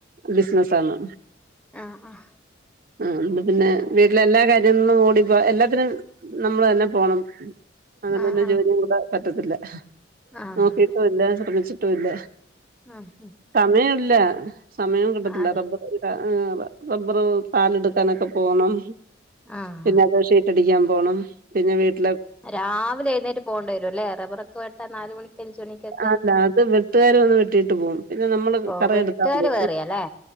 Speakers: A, on the right; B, in the centre.
A: ബിസിനസ ആണ്
B: ആഹ് ആഹ്
A: ആഹ് അപ്പ പിന്നെ വീട്ടിലെ എല്ലാ കാര്യങ്ങളന്നും ഓടിപ്പോ എല്ലാത്തിനും നമ്മള് തന്നെ പോണം അങ്ങനെ
B: ആഹ്
A: തന്നെ ജോലി കൂടെ പറ്റത്തില്ല
B: ആഹ്
A: നോക്കിട്ടും
B: ആഹ്
A: ഇല്ല ശ്രമിച്ചിട്ടും ഇല്ല
B: അഹ് ഹും
A: സമയംല്ല സമയോം കിട്ടത്തില്ല
B: അതെ
A: റബ്ബർ ആഹ് റബ്ബർ പാലെടുക്കാനൊക്കെ പോണം
B: ആഹ്
A: പിന്നെ അത് ഷി റ്റടിക്കാൻ പോണം പിന്നെ വീട്
B: രാവിലെ എഴുന്നേറ്റ് പോകേണ്ടേരും അല്ലേ റബ്ബർ വെട്ടാൻ നാല് മണിക്ക് അഞ്ച് മണിക്കൊക്കെ
A: അല്ല അത് വെട്ടുകാര് വന്ന് വെട്ടിട്ട് പോകും പിന്നെ നമ്മള്
B: ഓ
A: കറ
B: വെട്ടുകാര്
A: എടുത്താൽ മതി
B: വേറെയാല്ലേ